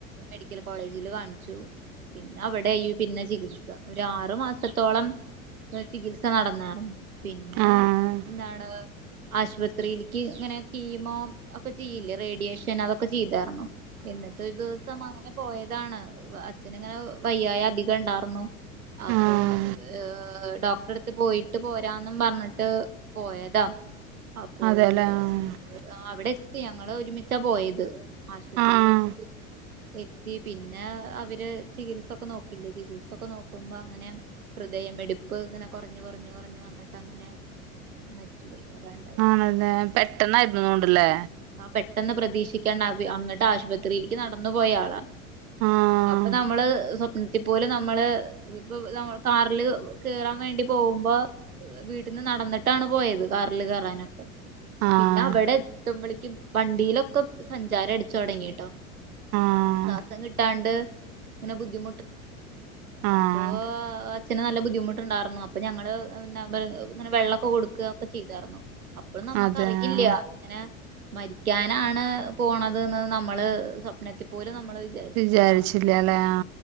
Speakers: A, on the right; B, on the right.
A: മെഡിക്കൽ കോളേജില് കാണിച്ചു. പിന്നെ അവിടെ ഈ പിന്നെ. ചികിത്സ ഒ ആറു മാസത്തോളം ചികിത്സ നടന്നായിരുന്നു പിന്നെ.
B: ആഹ് ആഹ്
A: എന്താണ്. ആശുപത്രിയിലേക്ക് ഇങ്ങനെ- കീമോ ഒക്കെ ചെയ്യില്ലേ? റേഡിയേഷൻ അതൊക്കെ ചെയ്ത. എന്നിട്ട് ഒരു ദിവസം അങ്ങനെ പോയതാണ് അച്ഛന് ഇങ്ങനെ വയ്യായി അധികണ്ടാ ന്നു അപ്പൊ
B: ആഹ്
A: ഏ ഡോക്ടറെട്ത്ത് പോയിട്ട് പോരാന്നും പർഞ്ഞിട്ട് പോയതാ ആ പോയി
B: അതെല്ലേ ആഹ്
A: ആ അവിടെ എ ത്തി ഞങ്ങള് ഒരുമിച്ച പോയത് ആശുപത്രിയെ
B: ആഹ്
A: എത്തി എത്തി പിന്നെ അവര് ചികിത്സ ഒക്ക നോക്കില്ലേ ചികിത്സ ഇപ്പ നോക്കുമ്പോ അങ്ങനെ ഹൃദയമെടുപ്പ് ഇങ്ങനെ കൊറഞ്ഞ് കൊറഞ്ഞ് കൊറഞ്ഞു വന്നിട്ട അങ്ങനെ മരിച്ചു പോയി. അതാണ്ടായത്
B: ആണല്ലെ പെട്ടെന്നായിരുന്നൊണ്ട്ലെ
A: ആ പെട്ടെന്ന് പ്രതീക്ഷിക്കാണ്ട അവി അങ്ങട്ട് ആശുപത്രിയിക്ക് നടന്ന് പോയ ആളാ
B: ആഹ്
A: അപ്പൊ നമ്മള് സ്വപ്നത്തി പോലും മ്മള് ഇപ്പൊ ഇത് മ്മള് കാറില് കേറാൻ വേണ്ടി പോവുമ്പ വീട്ടിന്ന് നടന്നിട്ടാണ് പോയത് കാറില് കേറാനൊക്കെ.
B: ആഹ്
A: പിന്നെ അവിടെത്ത്മ്പളക്ക് വണ്ടീ ലൊക്കെ സഞ്ചാര അടിച്ച് തൊ ടങ്ങിട്ടോ
B: ആഹ്
A: ശ്വാസം കിട്ടാണ്ട് ഇങ്ങനെ ബുദ്ധി അപ്പൊ
B: ആഹ്
A: അച്ഛന് നല്ല ബുദ്ധിമുട്ടുണ്ടാറ്ന്നു അപ്പോ ഞങ്ങള് പിന്നെ അവടെ ഇങ്ങനെ- വെള്ളൊക്കെ കൊടു- ക്ക് ക്കെ ചെയ്താർന്നു അപ്പളും നമ്മക്കറിയില്ല
B: അതെ ആഹ്
A: ങ്ങനെ മരിക്കാനാണ് പോണത് ന്ന് നമ്മള് സ്വപ്നത്തി പോലും നമ്മള് വിചാരിച്ചിട്ടുണ്ടായിരുന്നില്ല
B: വിചാരിച്ചില്ലാല്ലേ ആ